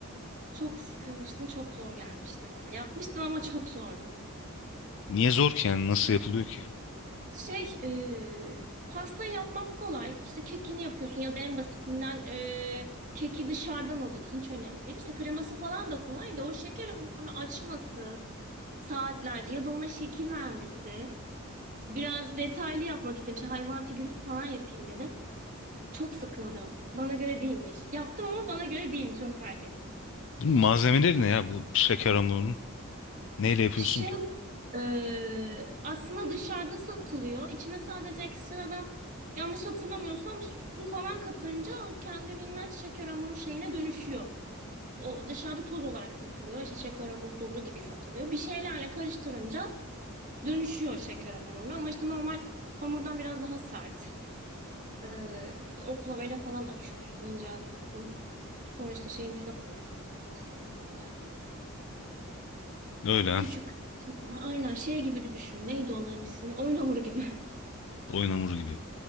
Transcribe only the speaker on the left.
Niye zor ki yani nasıl yapılıyor ki?
Bunun malzemeleri ne ya bu şeker hamurunun? Neyle yapıyorsun
ki?
Öyle ha.
Oyun hamuru gibi.